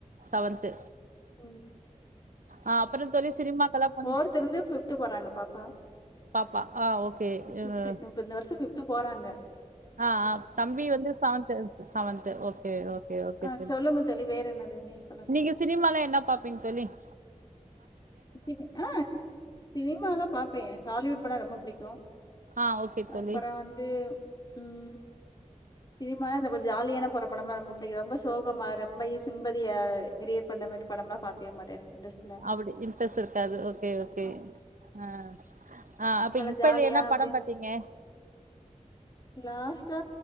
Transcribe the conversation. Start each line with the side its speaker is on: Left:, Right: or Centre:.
Right: செவன்த்து
Left: உம்
Right: ஆஹ் அப்புறம் தோழி சினிமாக்கெல்லா போனி
Left: போர்த் இருந்து பிப்து போறாங்க பாப்பா
Right: பாப்பா ஆ ஓகே
Left: பிப்து இப்ப இந்த வருஷம் போறாங்க
Right: ஆஹ் தம்பி வந்து செவன்த்து செவன்து ஓகே ஓகே
Left: ஆ சொல்லுங்க தோழி வேற என்னது சொல்லுங்க.
Right: நீங்க சினிமால என்ன பாப்பீங்க சொல்லுங்க
Left: சின ஆஹ் சினிம எல்லாம் பார்ப்பேன் ஹாலிவுட் படம் ரொம்ப பிடிக்கும்
Right: ஆ ஓகே தோழி
Left: அப்புறம் வந்து உம் சினிமாலா இந்த கொஞ்சம் ஜாலியான போற படமா ரொம்ப சோகம ரொம்ப சிம்பதியியா கிரியேட் பண்ணுற மாதிரி படம் எல்லாம் பாக்கவே மாட்டேன் இன்ட்ரெஸ்ட் இல்ல.
Right: அப்படி இன்ட்ரெஸ்ட் இருக்காது ஓகே ஓகே
Left: அ
Right: ஆஹ் ஆஹ்
Left: நல்லா
Right: இப்ப
Left: ஜாலியா
Right: எந்த என்ன
Left: அப்டியே
Right: படம் பாத்தீங்க
Left: லாஸ்ட்டா